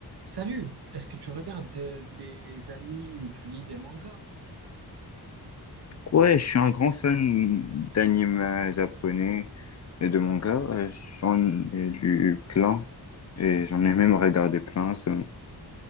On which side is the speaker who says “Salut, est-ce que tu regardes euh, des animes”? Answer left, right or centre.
Right